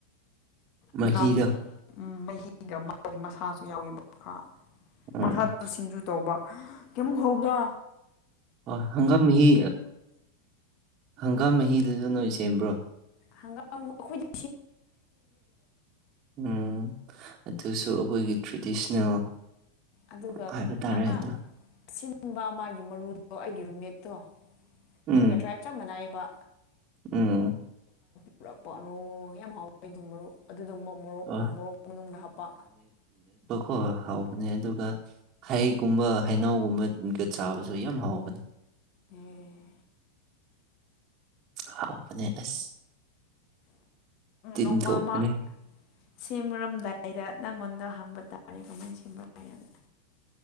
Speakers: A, on the right; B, on the left.
A: ꯃꯍꯤꯗꯣ
B: ꯍꯪꯒꯥꯝꯒꯤ ꯎꯝ ꯃꯍꯤꯒ ꯃꯥꯒꯤ ꯃꯁꯥꯁꯨ ꯌꯥꯎꯋꯕ
A: ꯎꯝ
B: ꯃꯁꯥꯗ ꯁꯤꯡꯖꯨ ꯇꯧꯕ ꯀꯩꯃꯨꯛ ꯍꯧꯕ
A: ꯑꯣ ꯍꯪꯒꯥꯝ ꯃꯍꯤ ꯍꯪꯒꯥꯝ ꯃꯍꯤꯗꯨꯁꯨ ꯅꯣꯏ ꯁꯦꯝꯕ꯭ꯔꯣ
B: ꯍꯪꯒꯥꯝ ꯑꯩꯈꯣꯏꯗ
A: ꯎꯝ ꯑꯗꯨꯁꯨ ꯑꯩꯈꯣꯏꯒꯤ ꯇ꯭ꯔꯦꯗꯤꯁꯅꯦꯜ
B: ꯑꯗꯨꯒ
A: ꯍꯥꯏꯕ ꯇꯥꯔꯦ
B: ꯑ
A: ꯑꯗꯣ
B: ꯁꯤꯟꯕ ꯃꯥꯒꯤ ꯃꯔꯨꯗꯣ ꯑꯩꯒꯤ ꯔꯨꯝꯃꯦꯠꯇꯣ ꯅꯪꯒ
A: ꯎꯝ
B: ꯇ꯭ꯔꯥꯏꯞ ꯆꯞ ꯃꯅꯥꯏꯕ
A: ꯎꯝ
B: ꯄꯨꯔꯛꯄꯅꯣ ꯌꯥꯝ ꯍꯥꯎꯋꯦ ꯑꯗꯨꯝ ꯃꯔꯨ ꯑꯗꯨꯗ ꯃꯣꯔꯣꯛꯀ
A: ꯍꯣꯏ
B: ꯃꯣꯔꯣꯛ ꯃꯅꯨꯡꯗ ꯍꯥꯞꯄ
A: ꯀꯣ ꯍꯥꯎꯕꯅꯦ ꯑꯗꯨꯒ ꯍꯩꯒꯨꯝꯕ
B: ꯎꯝ
A: ꯍꯩꯅꯧꯒꯨꯝꯕ ꯒꯤ ꯆꯥꯕꯁꯨ ꯌꯥꯝ ꯍꯥꯎꯕꯅꯦ
B: ꯎꯝ
A: ꯍꯥꯎꯕꯅꯦ ꯑꯁ ꯇꯤꯟ
B: ꯅꯣꯡꯃ
A: ꯊꯣꯛꯄꯅꯦ
B: ꯑꯃ ꯁꯦꯝꯔꯝ ꯕꯥꯏꯗ ꯅꯪꯉꯣꯟꯗ ꯍꯪꯕ ꯇꯥꯔꯦ ꯀꯃꯥꯏꯅ ꯁꯦꯝꯕꯔꯦꯅ